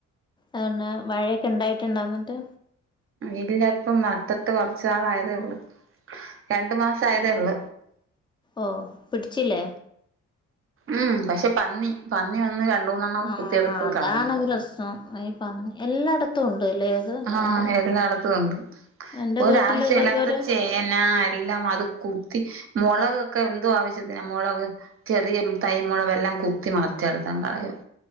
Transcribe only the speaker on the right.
ഇല്ല ഇപ്പം നട്ടത് കുറച്ചുനാൾ ആയതേയുള്ളൂ രണ്ടു മാസം ആയതേ ഉള്ള
ഉം പക്ഷെ പന്നി പന്നി വന്ന് രണ്ടുമൂന്നെണ്ണം
കുത്തിയെടുത്ത്
കളഞ്ഞു
ആഹ് എല്ലാടത്തും ഉണ്ട്
ഒരു
ആവശ്യല്ലാത്ത
ചേ ചേന എല്ലാമത് കുത്തി മുളകൊക്കെ എന്തോ ആവശ്യത്തിന മൊളക് ചെറിയ തൈ മുളകെല്ലാം കുത്തി മുറിച്ചെടുത്തങ്ങ് കളയും